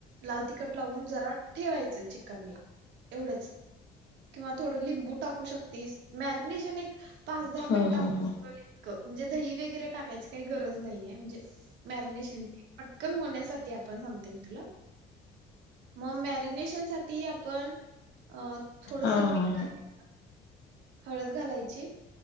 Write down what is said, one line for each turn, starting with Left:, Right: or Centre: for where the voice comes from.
Right: लाल तिखट लावून जरा ठेवायचं चिकनला एवढंच किंवा थोडं लिंबू टाकू शकतीस मॅरिनेशन एक पाच दहा
Left: हम्म
Right: मिनिटात
Left: हम्म हम्म
Right: उरलीच क म्हणजे दही वगैरे टाकायची काय गरज नाही आहे मॅरीनेशन पटकन होण्यासाठी आपण सांगते मी तुला म मॅरिनेशनसाठी ती आपण अ थोडस
Left: हा
Right: मीठ
Left: हा
Right: घालायचं.
Left: हा
Right: हळद घालायची